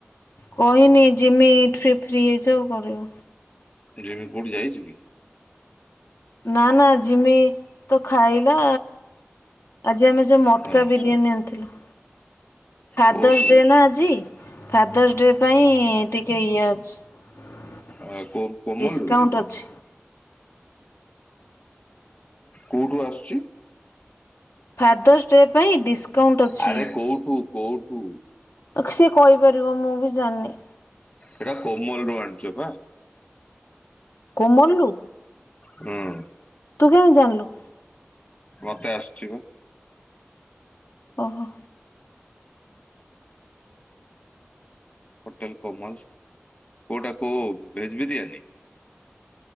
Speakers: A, on the left (about 75°); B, on the left (about 30°).
A: କହିନି ଜିମି ଫ୍ରି ଫ୍ରି ହେଇଯାଉ କରିବ।
B: ି କୋଉଠି ଯାଇଛି କି
A: ନା ନା ଜିମି ତ ଖାଇଲା ଆଜି ଆମେ ସେ ମଟକା
B: ହଁ
A: ବିରିୟାନୀ ଆଣିଥିଲୁ ଫାଦର୍ସ
B: କୋଉଠୁ
A: ଡେ ନା ଆଜି ଫାଦର୍ସ ଡେ ପାଇଁ ଟିକେ ଇଏ ଅଛି। <inaudible>
B: ଅ କୋ କୋମଲରୁୁ
A: ଡିସକାଉଣ୍ଟ ଅଛି
B: କୋଉଠୁ ଆସୁଛି?
A: ଫାଦର୍ସ ଡେ ପାଇଁ ଡିସକାଉଣ୍ଟ୍ ଅଛି।
B: ଆରେ କୋଉଠୁ କୋଉଠୁ
A: ସିଏ କହିପାରିବ ମୁଁ ବି ଜାଣିନି।
B: ହେଇଟା କୋମଲ ରୁ ଆଣିଛ ପା।
A: କୋମଲ୍ ରୁ
B: ହୁଁ
A: ତୁ କେମିତି ଜାଣିଲୁ?
B: ମତେ ଆସୁଛି ପା।
A: ଓହୋ।
B: ହୋଟେଲ କୋମଲ୍ କୋଉଟା କୋଉ ଭେଜ ବିରିୟାନୀ?